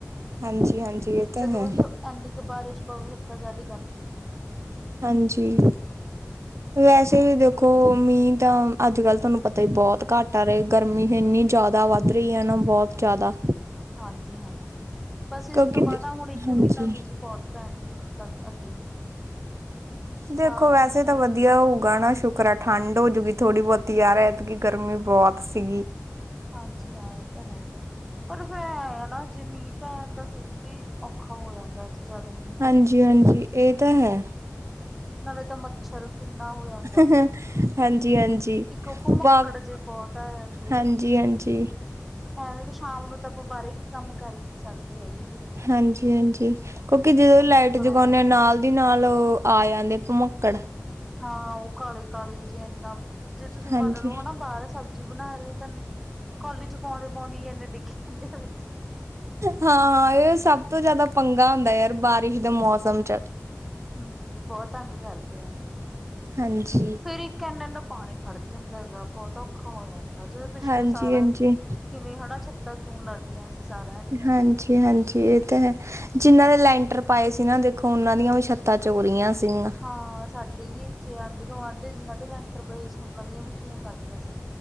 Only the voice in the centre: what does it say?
ਜਦੋਂ
ਇੰਨੀ ਕੁ ਬਾਰਿਸ਼ ਪਵੇ ਫਿਰ ਤਾਂ ਜ਼ਿਆਦੇ।
ਹਾਂਜੀ
ਹਾਂ
ਹਾਂਜੀ -ਹਾਂਜੀ, ਬਸ ਇਸ
ਤੋਂ ਬਾਅਦ ਹੁਣ ਇੱਕ
ਮਹੀਨਾ ਮੀਂਹ ਬਹੁਤ ਪੈਣਗੇ ਹੁਣ ਤ ਅੱਗੇ
ਸਾਵਣ
ਚੜ੍ਹ
ਹਾਂਜੀ ਹਾਂ ਇਹ ਤਾਂ ਹੈ। ਪਰ ਫਿਰ ਆਏ ਨਾ ਜੇ ਮੀਂਹ ਪੈ ਜਾਂਦਾ ਫਿਰ ਵੀ ਔਖਾ ਹੋ ਜਾਂਦਾ। ਜੇ ਜਿਆਦੇ ਮੀਹ
ਨਾਲੇ ਤਾਂ ਮੱਛਰ ਕਿੰਨਾ ਹੋ ਜਾਂਦਾ।
ਫਿਰ
ਇੱਕ ਭਮੱਕੜ
ਜੇ ਬਹੁਤ ਆ ਜਾਂਦੇ
ਆ।
ਐਵੇਂ ਵੀ ਸ਼ਾਮ ਨੂੰ ਤਾਂ ਆਪਾਂ ਬਾਹਰੇ ਕੋਈ ਕੰਮ ਕਰ ਹੀ ਨਹੀਂ ਸਕਦੇ ਹੈਗੇ।
ਇੰਨੇ
ਭਮੱਕੜ
ਹੋ ਜਾਂਦੇ
ਹਾਂ ਉਹ ਕਾਲੇ -ਕਾਲੇ ਜੇ ਇਨਾ, ਜੇ ਤੁਸੀਂ
ਮੰਨ ਲਓ ਹਨਾ ਬਾਹਰ ਸਬਜ਼ੀ ਬਣਾ ਰਹੇ ਹੋ ਤਾਂ ਕੋਲੀ ਚ ਪਾਉਂਦੇ -ਪਾਉਂਦੀ ਇਨੇ ਡਿੱਗੀ ਜਾਂਦੇ ਆ ਵਿੱਚ
ਹਮ ਬਹੁਤ ਤੰਗ ਕਰਦੇ ਆ।
ਫੇਰ ਇੱਕ ਏਨਾ-ਏਨਾ ਪਾਣੀ ਖੜ ਜਾਂਦਾ ਹੈਗਾ ਬਹੁਤ ਔਖਾ ਹੋ ਜਾਂਦਾ ਜਿਵੇਂ ਪਿਛਲੇ
ਸਾਲ
ਕਿਵੇਂ ਹਨਾ ਛੱਤਾਂ ਚੋਣ ਲੱਗ ਗਈਆਂ ਸੀ। ਸਾਰਿਆਂ ਦੀਆਂ
ਹਾਂ, ਸਾਡੇ ਵੀ ਇੱਥੇ ਆਂਢੀ ਗੁਆਂਢ 'ਚ' ਜਿਹਨਾਂ ਦੇ ਲੈਂਟਰ ਪਏ ਸੀ ਉਹਨਾਂ ਦੀ ਉਹਨਾਂ ਦੀਆਂ ਵੀ ਚੋਣ ਲੱਗ ਗਈਆਂ ਸੀ।